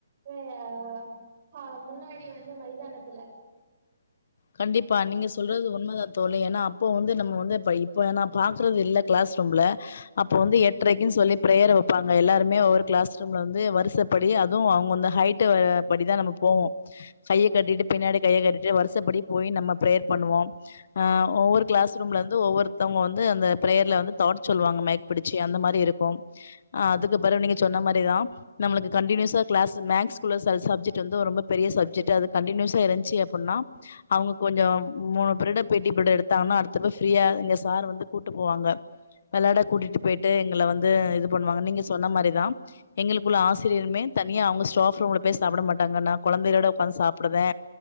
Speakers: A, on the right (about 35°); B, on the left (about 50°).
A: அஹ் ஹ முன்னாடி வந்து மைதான த்துல
B: கண்டிப்பா நீங்க சொல்றது உண்மதா தோழி ஏனா அப் அப்போ வந்து நம்ம வந்து இப்ப இப்ப நா பாக்குறது இல்ல கிளாஸ் ரூம்ல அப்பொ வந்து எட்ரைக்குன்னு சொல்லி பிரேயர் வைப்பாங்க எல்லாருமே ஒவ்வொரு கிளாஸ் ரூம்ல இருந்து வரிசப்படி அதுவு அவங்க அந்த ஹைட் படிதா நம்ம போவோ கைய கட்டிட்டு பின்னாடி கைய கட்டிட்டு வரிசப்படி போய் நம்ம பிரேயர் பண்ணுவோ அஹ் ஒவ்வொரு கிளாஸ் ரூம்ல இருந்து ஒவ்வொருத்தவங்க வந்து அந்த பிரேயர்ல வந்து தாட் சொல்லுவாங்க மைக் பிடிச்சு அந்த மாரி இருக்கும் அ அதுக்கு பெறகு நீங்க சொன்ன மாதிரிதா நம்மளுக்கு கண்டினியுசா கிளாஸ் மெக்ஸ்குல ச சப்ஜெக்ட் வந்து ரொம்ப பெரிய சப்ஜெக்ட் அது கண்டியூஸா இருந்ச்சு அப்புனா அவுங்க கொஞ்சோ மூணு பிரிட் பி டி பிரிட் எடுத்தாங்கன்னா அடுத்தது ஃப்ரீயா இங்க சார் வந்து கூட்டு போவாங்க வெளாட கூட்டிட்டு போய்ட்டு எங்கள வந்து இது பண்ணுவாங்க நீங்க சொன்ன மாரிதா எங்களுக்குள்ள ஆசிரியருமே தனியா அவங்க ஸ்டோஃப் ரூம்ல போய் சாப்பிட மாட்டாங்க நா கொழந்தைகளோட உக்காந்து சாப்டுவே